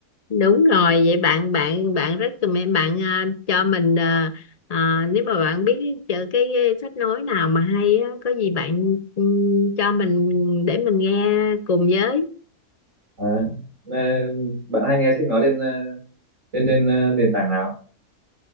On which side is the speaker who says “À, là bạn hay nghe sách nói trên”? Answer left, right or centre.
Right